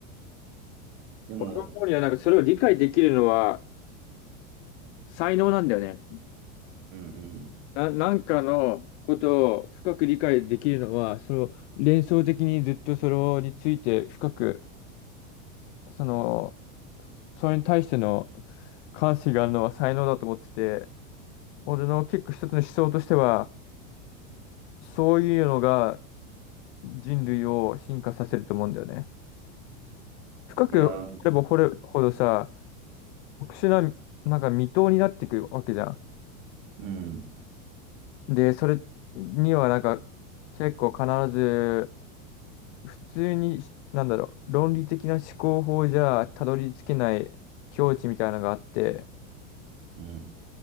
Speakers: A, on the right; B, on the left.
A: でも、
B: 俺が思うには、なんかそれを理解できるのは才能なんだよね。
A: うんうん。
B: な、なんかのことを深く理解できるのは、その連想的にずっとそれについて深く、その、それに対しての関心があるのは才能だと思ってて、俺の結構一つの思想としては、そういうのが人類を進化させると思うんだよね。深く掘れば掘るほどさ、
A: いやー、
B: 特殊な、なんか未踏になってくるわけじゃ
A: うん、
B: ん。で、それにはなんか結構必ず普通になんだろう、論理的な思考法じゃたどり着けない境地みたいなのがあって、
A: うん、